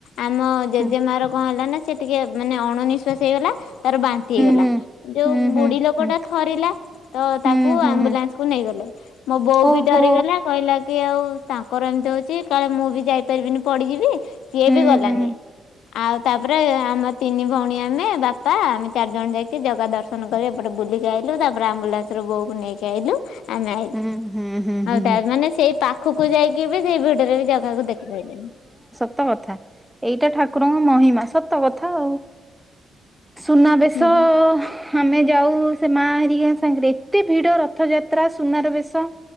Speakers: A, on the left; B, in the centre.
A: ଆମ ଜେଜେ
B: ହୁଁ
A: ମାର କଁ ହେଲା ନାଁ ସେ ଟିକେ ମାନେ ଅଣ ନିିଶ୍ଵାସୀ ହେଇଗଲା। ତାର ବାନ୍ତି ହେଇଗଲା
B: ହୁଁ
A: ଯୋଉ
B: ହୁଁ
A: ବୁଢ଼ୀ
B: ହୁଁ
A: ଲୋକଟା
B: ହୁଁ
A: ଥରିଲା ତ
B: ହୁଁ
A: ତାକୁ
B: ହୁଁ
A: ଆମ୍ବୁଲାନ୍ସ୍ କୁ ନେଇଗଲେ ମୋ ବୋଉ
B: ଓହୋ
A: ବି ଡରିଗଲା କହିଲା କି ଆଉ ତାଙ୍କର ଏମିତି ହଉଚି କାଳେ ମୁଁ ବି ଯାଇପାରିବିନି ପଡି଼ଯିବି ସିଏ
B: ହୁଁ
A: ବି ଗଲାନି।
B: ହୁଁ
A: ଆଉ ତାପରେ ଆମ ତିନି ଭଉଣୀ ଆମେ ବାପା ଆମେ ଚାରିଜଣ ଯାଇକି ଜଗା ଦର୍ ଶନକରି ଏପଟେ ବୁଲିକି ଆଇଲୁ ତାପରେ ଆମ୍ବୁଲାନ୍ସ୍ ରୁ ବୋଉକୁ ନେଇକି ଆଇଲୁ। ଆମେ ଆଉଲୁ
B: ହୁଁ ହୁଁ ହୁଁ
A: ଆଉ
B: ହୁଁ
A: ଥା ମାନେ ସେଇ ପାଖୁକୁ ଯାଇକି ବି ସେଇ ଭିଡ଼ରେ ବି ଜାଗାକୁ ଦେଖିପାରିଲେନି।
B: ତ କଥା ଏଇଟା ଠାକୁରଙ୍କ ମହିମା ସତ କଥା ଆଉ। ସୁନାବେଶ
A: ହୁଁ।
B: ଆମେ ଯାଉ ସେ ମା ହେରିକା ସାଙ୍ଗରେ ଏତେ ଭିଡ଼ ରଥଯାତ୍ରା ସୁନାର ବେଶ।